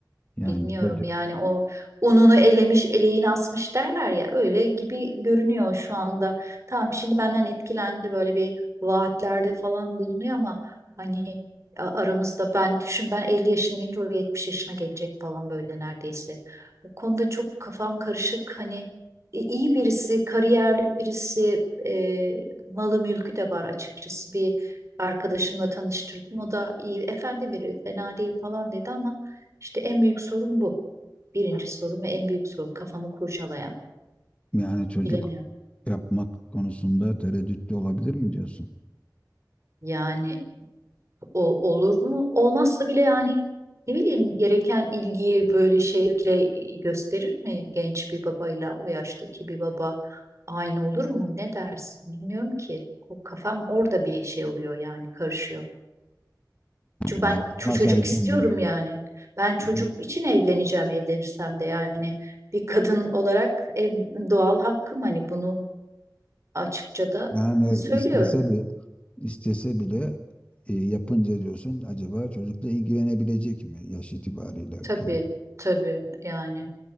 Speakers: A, on the left; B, on the right.
A: Yani
B: Bilmiyorum
A: çocuk
B: yani o ununu elemiş eleğini asmış derler ya öyle gibi görünüyor şu anda. Tamam şimdi benden etkilendi böyle bir vaatlerde falan bulunuyor ama hani a- aramızda ben düşün ben 50 yaşına gelince o 70 yaşına gelecek falan böyle neredeyse. Bu konuda çok kafam karışık hani i- iyi birisi kariyerli birisi e, malı mülkü de var açıkçası bir arkadaşımla tanıştırdım o da iyi efendi biri fena değil falan dedi ama işte en büyük sorun bu. Birinci sorun ve en büyük sorun kafamı kurcalayan.
A: yani çocuk
B: Bilemiyorum.
A: yapmak konusunda tereddütlü olabilir mi diyorsun?
B: Yani o olur mu? Olmazsa bile yani ne bileyim gereken ilgiyi böyle şevkle e, gösterir mi genç bir babayla o yaştaki bir baba aynı olur mu? Ne dersin? Bilmiyorum ki. O kafam orada bir şey oluyor yani karışıyor. Çünkü ben
A: Ya
B: ço-
A: ama
B: çocuk
A: sen şimdi
B: istiyorum yani. Ben çocuk
A: ama
B: için evleneceğim evlenirsem de yani bir kadın olarak en doğal hakkım hani bunu açıkça da
A: yani
B: söylüyorum.
A: istese bir istese bile e, yapınca diyorsun acaba çocukla ilgilenebilecek mi yaş itibariyle
B: Tabii
A: kendi?
B: tabii yani